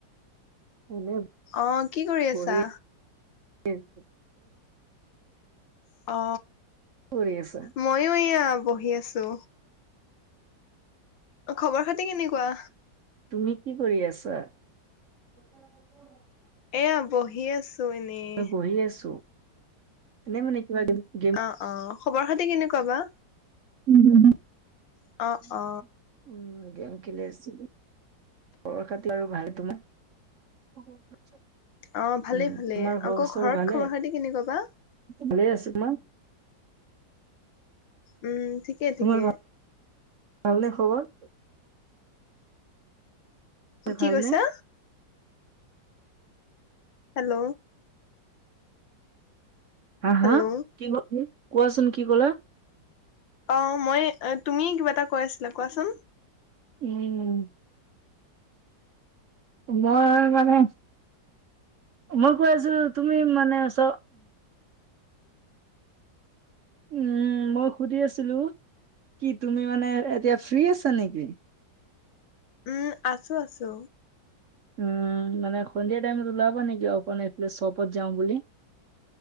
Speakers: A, on the right; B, on the left.
A: <inaudible>
B: অ, কি কৰি আছা?
A: বহি <inaudible>
B: অ,
A: কি কৰি আছে?
B: মইও এয়া, বহি আছো। অ, খবৰ খাতি কেনেকুৱা?
A: তুমি কি কৰি আছা? <inaudible>
B: এয়া, বহি আছো এনেই
A: মই বহি আছো এনে মানে কিবা গেম
B: অ, অ, খবৰ-খাতি কেনেকুৱা বা?
A: উম,
B: অ, অ,
A: উম, গেম খেলি আছো। খবৰ-খাতি আৰু ভাল, তোমাৰ? উম,
B: অ ভালে ভালে
A: তোমাৰ
B: আকৌ
A: ঘৰৰ‌ চবৰে
B: ঘৰত
A: ভালে,
B: খবৰ খাতি কেনেকুৱা বা
A: ভালে আছে না,
B: উম, ঠিকে ঠিকে।
A: তোমাৰ ভালনে, খবৰ?
B: কি
A: ভালনে
B: কৈছা? হেল্ল,
A: হা,
B: হেল্ল'
A: হা, কি, কোৱাচোন কি ক'লা?
B: অ, মই, তুমি কিবা এটা কৈ আছিলা, কোৱাচোন?
A: উম, মই মানে, মই কৈ আছিলো, তুমি মানে চ উম, মই সুধি আছিলো। কি তুমি মানে এতিয়া ফ্ৰ্ৰী আছা, নেকি?
B: উম, আছো আছো।
A: উম, মানে সন্ধিয়া টাইমত ওলাবা নেকি, অক এইফালে চবত যাওঁ বুলি।